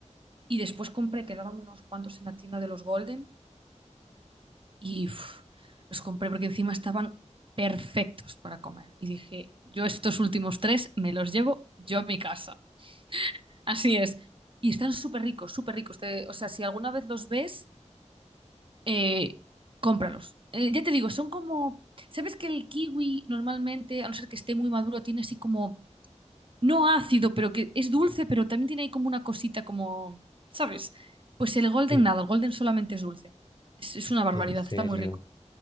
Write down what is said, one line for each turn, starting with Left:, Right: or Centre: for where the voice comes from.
Right: Y después compré, quedaban unos cuantos en la tienda de los Golden y uf, los compré porque encima estaban perfectos para comer. Y dije, yo estos últimos tres me los llevo yo a mi casa. Así es. Y están súper ricos, súper ricos. Te- o sea, si alguna vez los ves, eh, cómpralos. Eh, ya te digo, son como... ¿Sabes que el kiwi normalmente, a no ser que esté muy maduro, tiene así como... No ácido, pero que es dulce, pero también tiene ahí como una cosita como... ¿Sabes? Pues el golden
Left: Sí.
Right: nada, el golden solamente es dulce. Es, es una barbaridad,
Left: En serio.
Right: está muy rico